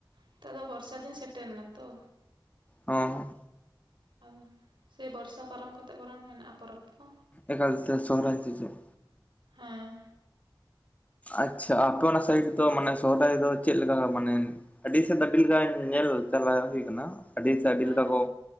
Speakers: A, on the right; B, on the left.
A: ᱱᱤᱛᱚᱜ ᱫᱚ ᱵᱚᱨᱥᱟ ᱫᱤᱱ ᱥᱮᱴᱮᱨ ᱮᱱᱟ ᱛᱚ?
B: ᱦᱚᱸ
A: ᱟᱫᱚ ᱥᱮ ᱵᱚᱨᱥᱟ ᱯᱟᱨᱚᱢ ᱠᱟᱛᱮᱫ ᱵᱚᱨᱚᱢ ᱢᱮᱱᱟᱜᱼᱟ ᱯᱚᱨᱚᱵᱽ? ᱠᱚ
B: ᱮᱠᱟᱞ ᱛᱮ ᱥᱚᱦᱨᱟᱭ ᱥᱮ ᱪᱮᱫ?
A: ᱦᱮᱸ
B: ᱟᱪᱪᱷᱟ ᱟᱯᱮ ᱚᱱᱟ ᱥᱟᱭᱤᱰ ᱫᱚ ᱢᱟᱱᱮ ᱥᱚᱦᱨᱟᱭ ᱫᱚ ᱪᱮᱫ ᱞᱮᱠᱟ ᱢᱟᱱᱮ ᱟᱹᱰᱤ ᱥᱮᱫ ᱟᱹᱰᱤ ᱞᱮᱠᱟ ᱧᱮᱞ ᱪᱟᱞᱟᱜ ᱦᱩᱭ ᱠᱟᱱᱟ? ᱟᱹᱰᱤ ᱥᱮᱫ ᱟᱹᱰᱤ
A: ᱦᱮᱸ
B: ᱞᱮᱠᱟ
A: ᱦᱮᱸ
B: ᱠᱚ